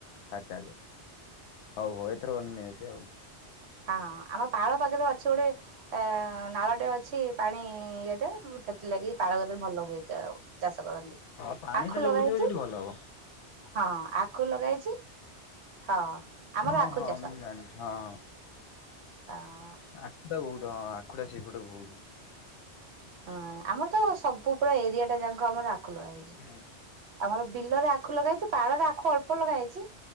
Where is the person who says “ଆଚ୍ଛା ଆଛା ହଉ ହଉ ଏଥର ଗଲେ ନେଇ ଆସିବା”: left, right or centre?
Left